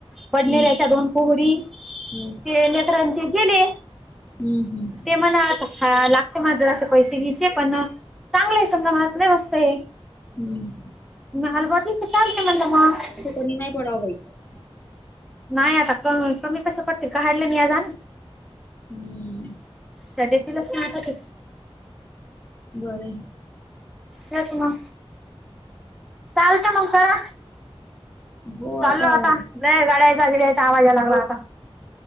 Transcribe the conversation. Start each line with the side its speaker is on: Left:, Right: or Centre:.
Left: हम्म
Centre: बडनेऱ्याच्या दोन पोरी ते
Left: हम्म
Centre: लेकरं अण ते गेले
Left: हम्म हम्म
Centre: मणा आता हा लागते माझं असे पैसे विसे पण चांगले आहे समजा महात नाही मस्तहे.
Left: हम्म
Centre: मला बाकी तर चालते म्हटल मग,
Left: मी नाही <unintelligible>
Centre: नाही आता कमी कमी कसं पडतील का काढलंय नी आजाना
Left: हम्म
Centre: त्या देतीलच ना आता ते,
Left: बरं
Centre: याचं मग, चालतंय मग करा
Left: हो
Centre: चालो
Left: हो
Centre: आता लय गाड्यायचा घिडयचा आवाज यायला लागला आता.